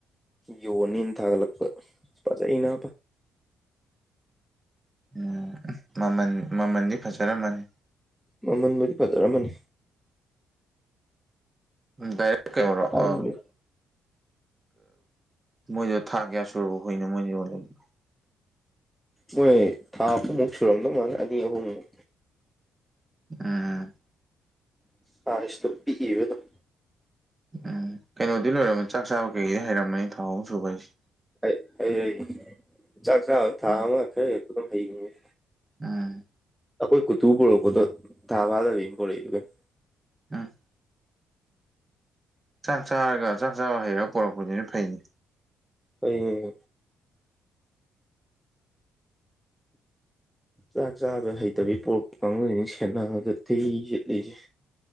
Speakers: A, in the centre; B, on the right.
A: ꯌꯣꯅꯤꯅ ꯊꯥꯒꯠꯂꯛꯄ ꯐꯖꯩꯩꯅ
B: ꯎꯝ ꯃꯃꯜ ꯃꯃꯜꯗꯤ ꯐꯖꯔꯝꯃꯅꯤ
A: ꯃꯃꯟꯕꯨꯗꯤ ꯐꯖꯔꯝꯃꯅꯤ
B: ꯗꯥꯏꯔ ꯀꯔꯣ
A: ꯇꯥꯡꯉꯤ
B: ꯑ ꯃꯣꯏꯗ‌ꯣ ꯊꯥ ꯀꯌꯥ ꯁꯨꯔꯕ ꯍꯨꯏꯅ‌ꯣ ꯃꯣꯏꯅ ꯌꯣꯜꯂꯤꯗ‌ꯣ
A: ꯃꯣꯏ ꯊꯥ ꯑꯍꯨꯝꯃꯨꯛ ꯁꯨꯔꯝꯗꯧ ꯃꯥꯜ ꯑꯅꯤ ꯑꯍꯨꯝꯃꯨꯛ
B: ꯎꯝ
A: <unintelligible> ꯇ‌ꯣ ꯄꯤꯛꯏꯕ ꯑꯗꯨꯝ
B: ꯎꯝ ꯀꯩꯅꯣꯗꯤ ꯂꯣꯏꯔꯝꯃ ꯆꯥꯛ ꯆꯥꯕ ꯀꯩꯗꯤ ꯍꯩꯔꯝꯃꯅꯤ ꯊꯥ ꯑꯍꯨꯝ ꯁꯨꯕ ꯍꯥꯏꯁꯦ
A: ꯍꯩ ꯍꯩ ꯆꯥꯛ ꯆꯥꯕ ꯊꯥ
B: ꯎꯝ
A: ꯑꯝ ꯈꯔ ꯍ‌ꯦꯜꯂꯛꯄꯗ ꯗꯨꯝ ꯍꯩꯕꯅ‌ꯦ
B: ꯎꯝ
A: ꯑꯩꯈꯣꯏ ꯀꯨꯇꯨ ꯄꯨꯔꯛꯄꯗꯣ ꯊꯥ ꯐꯥꯗꯕꯤ ꯄꯔꯛꯏꯗꯨ ꯀꯩ <unintelligible>
B: ꯎꯝ ꯆꯥꯛ ꯆꯥꯔꯒ ꯆꯥꯛ ꯆꯥꯕ ꯍꯩꯔꯒ ꯄꯣꯔꯛꯄꯗꯨꯅ ꯐꯩꯅꯤ
A: ꯐꯩꯑꯦ ꯆꯥꯛ ꯆꯥꯕ ꯍꯩꯇꯕꯤ ꯄꯣꯔꯛꯄ ꯀꯥꯡꯕꯨꯁꯤꯅ‌ꯦ ꯁꯦꯟꯅꯕꯗ ꯊꯤ ꯆꯤꯠꯂꯤꯁꯦ